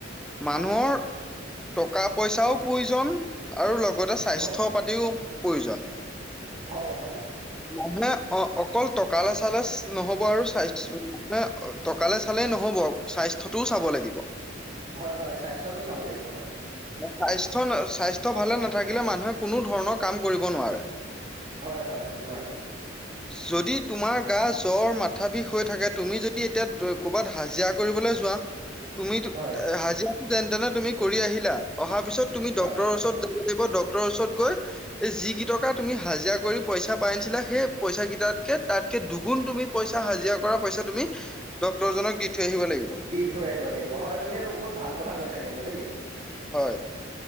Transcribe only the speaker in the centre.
মানুহৰ টকা পইচাও প্ৰয়োজন আৰু লগ লগতে স্বাস্থ্য
পাতিও প্ৰয়োজন
মানে অ অকল টকাালে চালে নহ'ব আৰু চাই ন টকালে চালেই নহ'ব স্বাস্থ্যটোও চাব লাগিব
স্বাস্থ্্য স্বাস্থ্্য ভালে নাথাকিলে মানুহে কোনো ধৰণৰ কাম কৰিব নোৱাৰে
যদি তোমাৰ গা জ্বৰ মাথা বিষ হৈ থাকে তুমি যদি এতিয়া ক'ৰবাত হাজিৰা কৰিবলৈ ছোোৱা তুমিো
হাজিৰা যেন তেনে তুমি কৰি আহিলা অহা পিছত তুমি
ড্টৰৰ ওচৰত লাগিব ড্টৰৰ ওচৰত গৈ এই যি কিটকা তুমি হাজিৰা কৰি পইচা পাই আনিছিলা সেই পইচা কেইটাতকে তাতকে দুগুণ তুমি পইচা হাজিৰা কৰা পইচা তুমি ডক্তৰ জক দি থৈ আহিব লাগিব
হয়